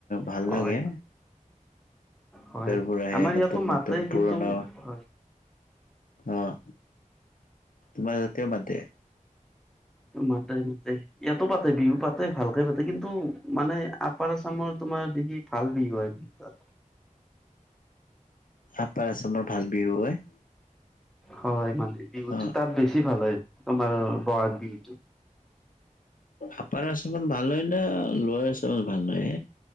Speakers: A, on the left (about 80°); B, in the centre.
A: ভাল
B: হয়
A: লাগে।
B: হয় হয়
A: তাৰ পৰা আহে
B: আমাৰ
A: নতুন
B: ইয়াতো
A: নতুন
B: মাতে
A: পুৰণা
B: কিন্তু হয়
A: অঁ, তোমাৰ তাতেও মাতে।
B: মাতে মাতে, ইয়াতো পাতে বিহু পাতে ভালকে পাতে কিন্তু মানে আপাৰ আচামৰ তোমাৰ বিহি ভাল বুলি কয় তাত
A: আপাৰ আচামৰ ভাল বিহু হয়।
B: হয় মানে বিহুটো
A: অ
B: তাত বেছি ভাল হয় তোমাৰ বহাগ বিহুটো।
A: আপাৰ আছামত ভাল হয় নে লৱাৰ আছামত ভাল হয়?